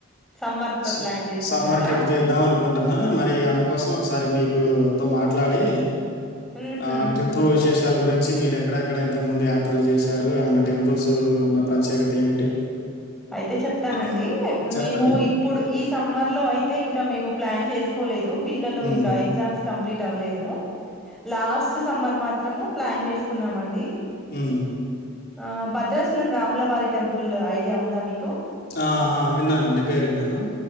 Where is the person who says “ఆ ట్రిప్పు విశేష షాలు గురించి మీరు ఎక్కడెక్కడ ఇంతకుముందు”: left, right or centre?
Left